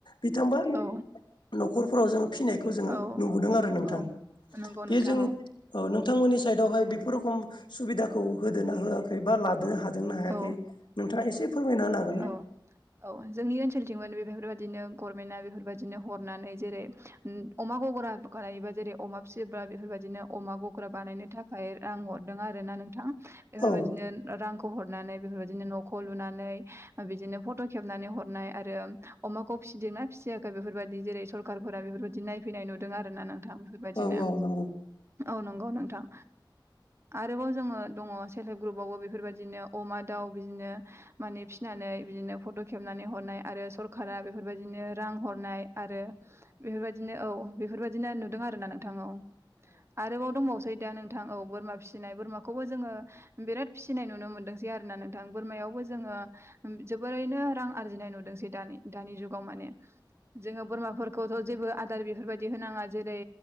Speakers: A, on the left (about 70°); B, on the right (about 30°).
A: बिथांबा
B: औ
A: न'खरफोराव जोङो फिनायखौ जोङो
B: औ
A: नुबोदों आरो नोंथां
B: औ नंगौ नोंथां
A: बे जोंनि
B: औ
A: औ नोंथांमोननि साइदावहाय बेफोर रोखम सुबिदाखौ होदा होआखै बा लादो हाग ना हायाखै
B: औ
A: नोंथाङा एसे फोरमायना हागोनना
B: आ <unintelligible> औ जोंनि ओनसोलथिंमोन बे बेफोरबायदिनो गभनमेन्टआ बेफोरबायदिनो हरनानै जेरै ओम अमा गग्रा बानायोबा जेरै अमा फिसिबा बेफोरबायदिनो अमा गग्रा बानायनो थाखाय ओमफ्राय आं हरदों आरो ना नोंथां बेफोरबायदिनो
A: होनो
B: रांखौ हरनानै बेफोरबायदिनो न'खौ लुनानै बिदिनो फट' खेबनानै हरनाय आरो अमाखौ फिसिदोंना फिसियाखै बेफोरबायदि जेरै सरखारफोरा बेफोरबायदि नायफैनाय नुदों आरोना नों नोंथां बेफोरबायदिनो
A: हागोन ना
B: औ नंगौ नोंथां आरोबाव जोङो दङ सेल्प हेल्प ग्रुपआवबो बेफोरबायदिनो अमा दाउ बिदिनो माने फिनानै बिदिनो फट' खेबनानै हरनाय आरो सरखारा बेफोरबायदिनो रां हरनाय आरो बेफोरबायदिनो औ बेफोरबायदिनो नुदों आरोना नोंथां औ आरोबाव दंबावसो दा नोंथां औ बोरमा फिसिनाय बोरमाखौबो जों बिराद फिनाय नु नुनो मोनदोंसै आरोना नोंथां बोरमायावबो जोङो जोबोरैनो रां आरजिनाय नुदोंसै दानि दानि जुगाव माने जोङो बोरमाफोरखौथ' जेबो आदार बेफोरबायदि होनाङा जेरै